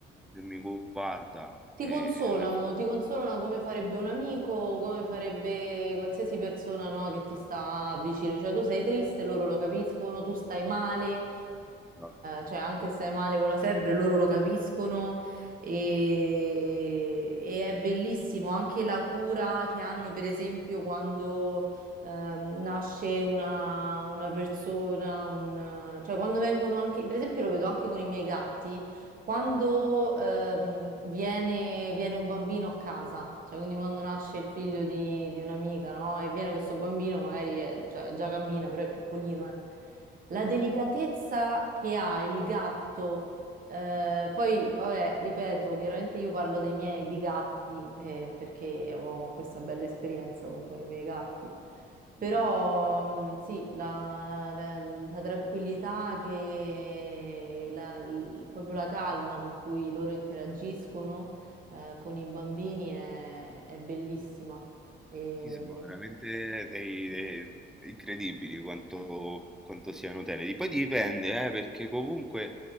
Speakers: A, in the centre; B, on the right.
A: e mi guarda.
B: Ti
A: E...
B: consolano, ti consolano come farebbe un amico, come farebbe qualsiasi persona, no, che ti sta vicino. Cioè, tu sei triste, loro lo capiscono, tu stai male, eh,
A: No,
B: cioè anche se stai male con la febbre, loro lo capiscono e, e è bellissimo anche la cura che hanno, per esempio, quando ehm, nasce una, una persona, un, cioè quando vengono anche, per esempio lo vedo anche con i miei gatti quando
A: no,
B: ehm, viene, viene un bambino a casa, cioè quindi quando nasce il figlio di, di un'amica, no? E viene questo bambino, magari è- cioè, già cammina, però è piccolino, eh. La
A: eh, eh,
B: delicatezza che ha il gatto, eh, poi vabbè, ripeto, chiaramente io parlo dei miei, di gatti, eh, perché ho questa bella esperienza con con i miei gatti. Però
A: mhm.
B: mm, sì, la, la- la- la tranquillità che la- l- proprio la calma con cui loro interagiscono eh, con i bambini è, è bellissima. E
A: Sì, sono veramente dei- dei- incredibili quanto, quanto siano teneri. Poi dipende, eh, perché comunque